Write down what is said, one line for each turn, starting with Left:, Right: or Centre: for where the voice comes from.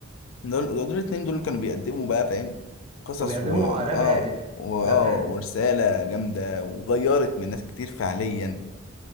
Left: دول دول الاتنين دول كانوا بيقدموا بقى فاهم قصص
Right: كانوا بيقدموا
Left: و اه
Right: راب هادف
Left: و... اه
Right: راب هادف
Left: ورسالة جامدة وغيرت من ناس كتير فعليا